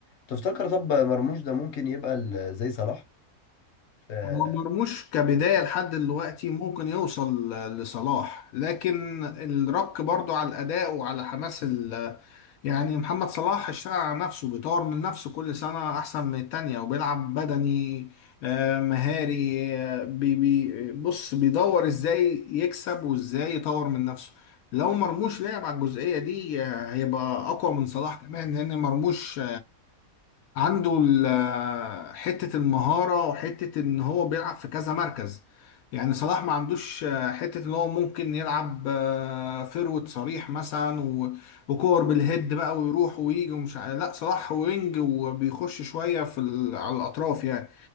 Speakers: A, on the left (about 60°); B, on the left (about 80°).
A: تفتكر طب مرموش ده ممكن يبقى ال- زي صلاح آه،
B: هو مرموش كبداية لحد دلوقتي ممكن يوصل ل- لصلاح لكن الرك برضو على الأداء وعلى حماس ال يعني محمد صلاح اشتغل على نفسه بيطور من نفسه كل سنة أحسن من التانية وبيلعب بدني آه، مهاري آه، بي بي بص بيدور إزاي يكسب وإزاي يطور من نفسه لو مرموش لعب على الجزئية دي آه، هيبقى أقوى من صلاح كمان لأن مرموش عنده ال- حتة المهارة وحتة ان هو بيلعب في كذا مركز يعني صلاح ما عندوش آه، حتة ان هو ممكن يلعب آه، فيرود صريح مثلا و- وكور بالهيد بقى ويروح ويجي ومش ع- لا صلاح وينج وبيخش شوية في ال- على الأطراف يعني